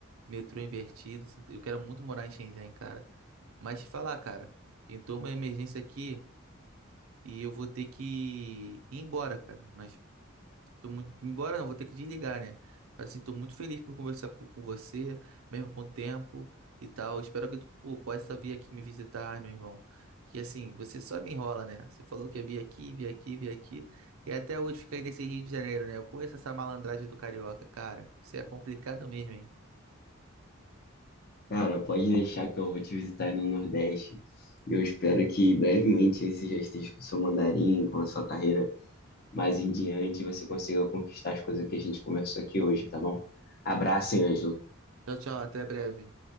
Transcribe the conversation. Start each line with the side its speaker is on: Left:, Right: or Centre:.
Right: metrô invertido. assim. Eu quero muito morar em Shenzhen, cara. Mas te falar, cara, pintou uma emergência aqui e eu vou ter que ir embora, cara. Mas Tô muito... Embora não, vou ter que desligar, né? Mas, Assim, tô muito feliz por conversar po- com você, mesmo com o tempo e tal. Espero que tu pô, possa vir aqui me visitar, meu irmão. Que assim, você só me enrola, né? Você falou que ia vir aqui, vir aqui, vir aqui. E até hoje fica aí nesse Rio de Janeiro, né? Eu conheço essa malandragem do carioca, cara. Você é complicado mesmo, hein?
Left: Cara, pode deixar que eu vou te visitar aí no Nordeste. Eu espero que brevemente aí você já esteja com seu mandarim, com a sua carreira mais em diante, e você consiga conquistar as coisas que a gente conversou aqui hoje, tá bom? Abraço, hein, Ângelo.
Right: Tchau, tchau, até breve.